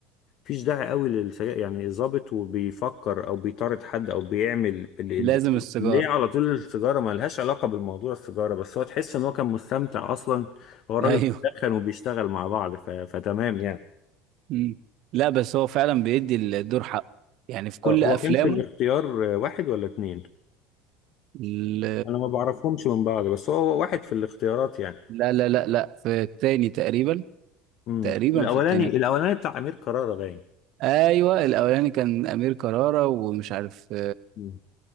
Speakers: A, on the left (about 55°); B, on the right (about 60°).
A: مفيش داعي قوي للسجاير يعني ظابط وبيفكر او بيطارد حد او بيعمل ال... ال...
B: لازم السيجاره
A: ليه على طول السيجاره ما لهاش علاقه بالموضوع السيجاره بس هو تحس ان هو كان مستمتع اصلا هو الراجل
B: <laughs> ايوه
A: بيدخن وبيشتغل مع بعض ف... فتمام يعني
B: مم. لا بس هو فعلا بيدي الدور حقه يعني في كل
A: آه،
B: افلامه
A: هو كان في الاختيار آه، واحد ولا اتنين
B: ال-
A: انا ما بعرفهمش من بعض بس هو هو واحد في الاختيارات يعني
B: لا لا لا لا في التاني تقريبا
A: امم
B: تقريبا
A: الاولاني
B: في التاني
A: الاولاني بتاع امير كرارة باين
B: ايوه الاولاني كان امير كرارة ومش عارف
A: مم.